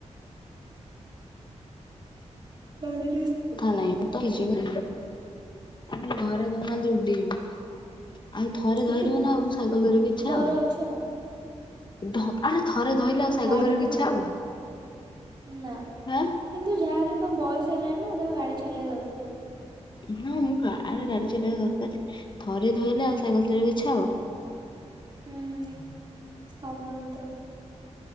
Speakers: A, on the right (about 40°); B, on the left (about 40°).
A: ଗାଳି
B: କଥା ନାଇଁ ମୁଁ ତ <unintelligible> ଆ ଘରେ ଦଉନାହାଁନ୍ତି ଉଡିବି ଆଉ ଥରେ
A: କିନ୍ତୁ
B: ଧରିବ ନା ଆଉ ସାଇକେଲ ଧରିବି ଇଛା
A: ଡର
B: ହବ
A: ଅଛି ଆଉ
B: ଧ। ଆରେ ଥରେ ଧଇଲେ ଆଉ ସାଇକେଲ
A: ଗାଡି
B: ଧରିବାକୁ
A: ଦେ
B: ଇଚ୍ଛା ହବ।
A: ନା କିନ୍ତୁ
B: ଆଁ
A: ଯାହା ହେଲେ ବି ତମ ବୟସ ହେଲା ଗାଡ଼ି ଚଲେଇବା ଦରକାର।
B: ହଁ ମୁଁ ଗାଁ ରେ ଗାଡି ଚଲେଇବା ଦରକାର ଥରେ ଧଇଲେ ଆଉ ସାଇକେଲ ଚଲେଇବାକୁ ଇଚ୍ଛା ହବ?
A: ହୁଁ। ହବନି ତ।